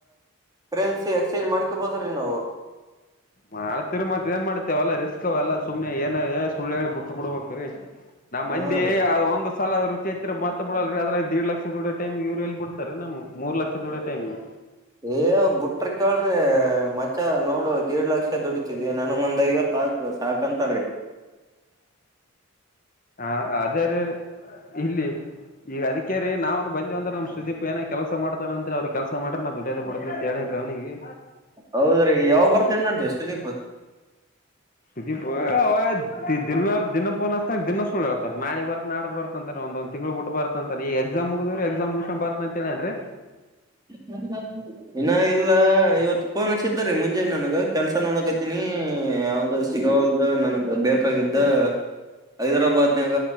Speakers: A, on the right; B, on the left.
A: ಕರೆನ್ಸಿ ಎಕ್ಸ್ಚೇಂಜ್ ಮಾಡ್ಕೊಬೋದು ರೀ ನಾವು.
B: ಮಾಡತಿರ್ ಮತ್ ಏನ್ ಮಾಡ್ತೇವಲ್ಲಾ ರಿಸ್ಕ್ ಅವ ಎಲ್ಲ ಸುಮ್ನೆ ಏನ ಏ ಸುಳ್ಳ ಹೇಳಿ ಬಿಟ್ಟು ಬಿಡ್ಬೇಕ್ರೀ. ನಮ್ಮ್ ಮಂದಿ
A: ಹಾ ರೀ
B: ಒಂದು ಸಲ ಅದು ರುಚಿ ಐತ್ ಮತ್ ಬಿಡಲ್ರಿದಿಡ್ ಲಕ್ಷ ದುಡಿಯೋ ಟೈಮಿಗೆ ಇವ್ರು ಎಲ್ಲಿ ಬಿ ನಮ್ ಮೂರ್ ಲಕ್ಷ ದುಡ ಟೈಮಿಗ.
A: ಏ ಬುಟ್ರ ಕೇಳ್ರಿ ಮಚ ನೋಡು ದಿಡ್ ಲಕ್ಷ ದುಡತಿದ್ವಿ ನನ್ ಮಂದಐವಾ <unintelligible> ಸಾಕ ಅಂತದ್ರೀ <unintelligible>
B: ಹ ಅದ್ರ ಇಲ್ಲಿ ಈಗ ಅದಕ್ಕೆಾರ <unintelligible> ರೀ ನಾವ್ ಬಂದಿವಂದ್ರ ನಮ್ಮ ಸುದೀಪ್ ಏನ ಕೆಲಸ ಮಾಡತಾನ ಅಂತ್ ಅವ್ ಕೆಲಸ ಮಾಡ್ರ ನಾ ದುಡದೆ ಬಿಡತಿನ ಅಂತ ಹೇಳಿನ್ರಿ ಅವ್ನಿಗೆ.
A: ಹೌದ್ರಿ ಯಾವಾಗ್ ಬರ್ತನಿ ಅಂದಾನ್ರಿ ಸುದೀಪ್.
B: <unintelligible> ಅವ ದಿನ ದಿನ ಪೋನಹಚ್ತಾನ ದಿನ ಸುಳ್ಳಹೇಳತನ ನಾಳೆ ಬರ್ತಿನಿ ನಾಡ್ದ ಬರ್ತಿನಿ. ಅಂತಾರೆ ಒಂದ್ ತಿಂಗಳು ಬುಟ್ಟು ಬರ್ತಂತಾರೆ ಈಗ ಎಕ್ಸಾಮ ಮುಗಿದ್ರ ಎಕ್ಸಾಮ್ ಮುಗ್ಸಿ ಬರ್ ಅಂತ ಹೇಳೇನ್ರಿ.
A: ಹ್ಮ್ಮ <inaudible> ಇನ್ನ ಇಲ್ಲ ಇವತ್ ಫೋನ್ ಹಚ್ಚಿದ್ದರಿ ಮುಂಜಾನೆ ನನಗ ಕೆಲ್ಸ ನೋಡಕತೀನಿ. ಯಾವ್ದ ಸಿಗವಲ್ದು ನನ್ಗೆ ಬೇಕಾಗಿದ್ದ ಹೈದ್ರಾಬಾದ್ನಾಗ